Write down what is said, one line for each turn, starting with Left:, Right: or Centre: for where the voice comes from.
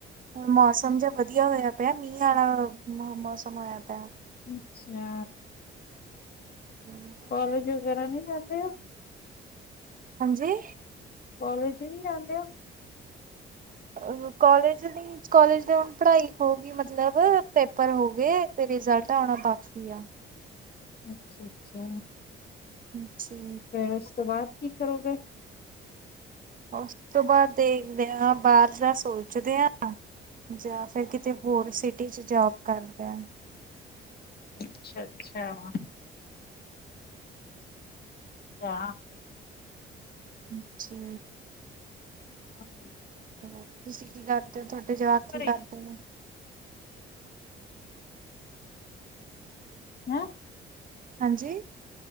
Right: ਹੁਣ ਮੌਸਮ ਜਾ ਵਧ ਵਧੀਆ ਹੋਇਆ ਪਿਆ, ਮੀਂਹ ਵਾਲਾ ਮੌਸਮ ਹੋਇਆ ਪਿਆ।
Left: ਅੱਛਾ!
Right: ਹਮ <inaudible>
Left: ਕੌਲੇਜ ਵਗੈਰਾ ਨਹੀਂ ਜਾਂਦੇ ਹੋ?
Right: ਹਾਂਜੀ?
Left: ਕੌਲੇਜ ਨਹੀਂ ਜਾਂਦੇ ਓ?
Right: ਅ ਕੌਲੇਜ ਨਹੀ ਕੌਲੇਜ ਦੇ ਹੁਣ ਪੜ੍ਹਾਈ ਹੋ ਗਈ ਮਤਲਬ, ਪੇਪਰ ਹੋ ਗਏ, ਤੇ ਰਿਜਲਟ ਆਉਣਾ ਬਾ ਅੱਛੀ ਆ।
Left: ਅੱਛਾ-ਅੱਛਾ,
Right: ਜੀ
Left: ਫਿਰ, ਉਸ ਤੋਂ ਬਾਅਦ ਕੀ ਕਰੋਗੇ?
Right: ਉਸ ਤੋਂ ਬਾਅਦ ਦੇਖਦੇ ਹਾਂ, ਬਾਹਰ ਦਾ ਸੋਚਦੇ ਆ। ਜਾਂ ਫਿਰ, ਕਿਤੇ ਹੋਰ ਸਿਟੀ'ਚ ਜੌਬ ਕਰਦਾ।
Left: ਅੱਛਾ-ਅੱਛਾ, ਹਾਂ। ਯਾ
Right: ਅੱਛਾ।
Left: ਆਹ
Right: ਤੁਸੀਂ ਕੀ ਕਰਦੇ ਹੋ? ਤੁਹਾਡੇ ਜਵਾਕ, ਕੀ
Left: ਘਰੇ
Right: ਕਰਦੇ ਨੇ?
Left: ਹੈਂ?
Right: ਹਾਂਜੀ!